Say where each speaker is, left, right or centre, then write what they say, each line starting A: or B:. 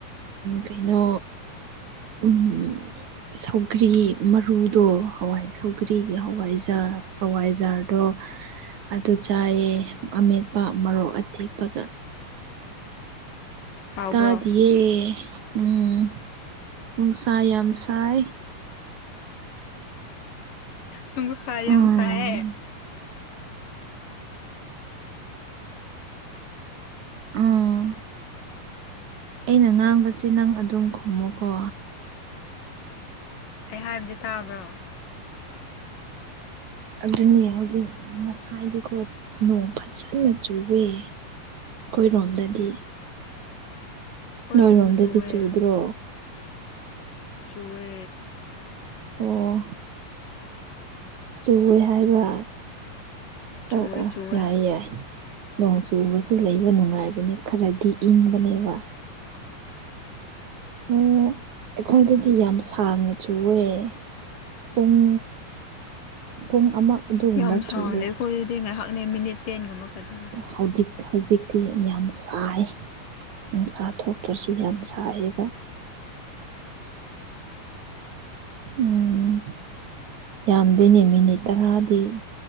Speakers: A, on the right; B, on the left.
A: ꯀꯩꯅꯣ ꯎꯝ ꯁꯧꯒ꯭ꯔꯤ ꯃꯔꯨꯗꯣ ꯍꯋꯥꯏ ꯁꯧꯒ꯭ꯔꯤꯒꯤ ꯍꯋꯥꯏꯖꯥꯔ ꯍꯋꯥꯏꯖꯥꯔꯗꯣ ꯑꯗꯨ ꯆꯥꯏꯑꯦ ꯑꯃꯦꯠꯄ ꯃꯣꯛ ꯑꯇꯦꯛꯄꯒ
B: ꯍꯥꯎꯕ꯭ꯔꯣ
A: ꯇꯥꯗꯤꯌꯦ ꯎꯝ ꯅꯨꯡꯁꯥ ꯌꯥꯝ ꯁꯥꯏ
B: ꯅꯨꯡꯁꯥ
A: ꯎꯝ
B: ꯌꯥꯝ ꯁꯥꯏꯌꯦ
A: ꯎꯝ ꯑꯩꯅ ꯉꯥꯡꯕꯁꯤ ꯅꯪ ꯑꯗꯨꯝ ꯈꯨꯝꯃꯣꯀꯣ
B: ꯑꯩ ꯍꯥꯏꯕꯗꯤ ꯇꯥꯕ꯭ꯔꯣ
A: ꯑꯗꯨꯅꯦ ꯍꯧꯖꯤꯛ ꯉꯁꯥꯏꯗꯤꯀꯣ ꯅꯣꯡ ꯐꯖꯅ ꯆꯨꯋꯦ ꯑꯩꯈꯣꯏꯔꯣꯝꯗꯗꯤ
B: ꯑꯩꯈꯣꯏꯔꯣꯝꯗ
A: ꯅꯣꯏꯔꯣꯝꯗꯗꯤ
B: ꯆꯨꯋꯦ
A: ꯆꯨꯗ꯭ꯔꯣ
B: ꯆꯨꯋꯦ
A: ꯑꯣ ꯆꯨꯋꯦ ꯍꯥꯏꯕ
B: ꯆꯨꯋꯦ
A: ꯑꯣ ꯑꯣ
B: ꯆꯨꯋꯦ
A: ꯌꯥꯏ ꯌꯥꯏ ꯅꯣꯡ ꯆꯨꯕꯕꯁꯤꯦ ꯂꯩꯕ ꯅꯨꯡꯉꯥꯏꯕꯅꯦ ꯈꯔꯗꯤ ꯏꯪꯕꯅꯦꯕ ꯑꯣ ꯑꯩꯈꯣꯏꯗꯗꯤ ꯌꯥꯝ ꯁꯥꯡꯅꯁꯨ ꯑꯣꯏ ꯄꯨꯡ ꯊꯨꯡ ꯑꯃ ꯑꯗꯨꯒꯨꯝꯕ
B: ꯌꯥꯝ ꯁꯥꯡꯗꯦ
A: ꯆꯨꯋꯦ
B: ꯑꯩꯈꯣꯏꯔꯗꯤ ꯉꯥꯏꯍꯥꯛꯅꯦ ꯃꯤꯅꯤꯠ ꯇꯦꯟꯒꯨꯝꯕ ꯈꯛꯇꯅꯦ
A: ꯍꯧꯖꯤ ꯍꯧꯖꯤꯛꯇꯤ ꯌꯥꯝ ꯁꯥꯏ ꯅꯨꯡꯁꯥ ꯊꯣꯛꯇ꯭ꯔꯁꯨ ꯌꯥꯝ ꯁꯥꯏꯌꯦꯕ ꯎꯝ ꯌꯥꯝꯗꯦꯅꯦ ꯃꯤꯅꯤꯠ ꯇꯔꯥꯗꯤ